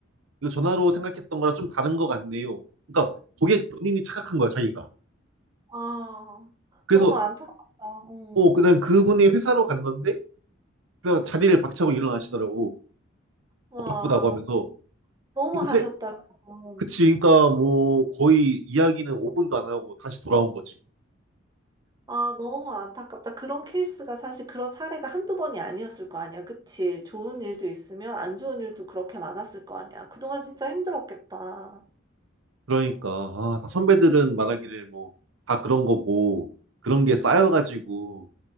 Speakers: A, on the right; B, on the right.
A: 이거 전화로 생각했던 거랑 좀 다른 것 같네요. 그러니까 고객 본인이 착각한 거야 자기가.
B: 아,
A: 그래서
B: 너무 안타깝다. 어,
A: 어 그냥 그분이 회사로 갔는데 그냥 자리를 박차고 일어나시더라고
B: 와,
A: 어, 바쁘다고 하면서
B: 너무
A: 이거
B: 하셨다,
A: 세
B: 그럼.
A: 그치 그러니까 뭐 거의 이야기는 5분도 안 하고 다시 돌아온 거지.
B: 아, 너무 안타깝다. 그런 케이스가 사실 그런 사례가 한두 번이 아니었을 거 아니야. 그치? 좋은 일도 있으면 안 좋은 일도 그렇게 많았을 거 아니야. 그동안 진짜 힘들었겠다.
A: 그러니까 아, 다 선배들은 말하기를 뭐 다 그런 거고 그런 게
B: 음,
A: 쌓여가지고